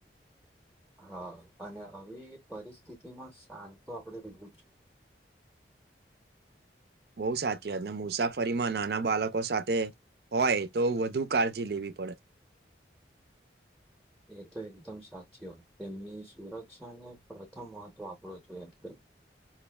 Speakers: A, in the centre; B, on the right.
A: હા, અને આવી પરિસ્થિતિમાં શાંત તો આપણેે રહેવું છે.
B: બહુ સાચી, મુસાફરીમાં નાના બાળકો સાથે હોય, તો વધુ કાળજી લેવી પડે
A: એ તો એકદમ સાચી હોય, તેમની સુરક્ષાને પ્રથમ મહત્વ આપણો જોઈ, આપણે